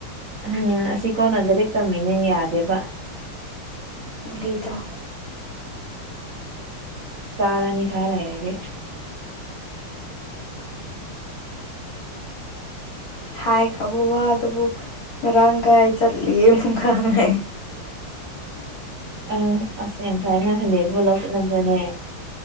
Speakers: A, on the right (about 45°); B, on the left (about 50°).
A: ꯎꯝ ꯑꯁꯤ ꯀꯧꯅ ꯂꯥꯏꯔꯤꯛ ꯇꯝꯃꯤꯅꯦ ꯌꯥꯗꯦꯕ
B: ꯒꯨꯂꯤ ꯆꯥꯎ
A: <inaudible> ꯆꯔꯅꯤ ꯈꯥꯔꯥ ꯂꯩꯔꯗꯤ
B: ꯍꯥꯏ ꯈꯔꯕ ꯋꯥ ꯗꯨꯕꯨ ꯉꯥꯔꯥꯡ ꯀꯔꯥꯏ ꯆꯠꯂꯤ ꯑꯃꯨꯛꯀ ꯍꯪꯉꯛꯑꯦ
A: ꯎꯝ ꯑ ꯑꯁ ꯌꯥꯝ ꯐꯩꯅ ꯁꯟꯗꯦꯗꯨꯕꯨ ꯂꯧ ꯆꯠꯅꯕ꯭ꯔꯅꯦ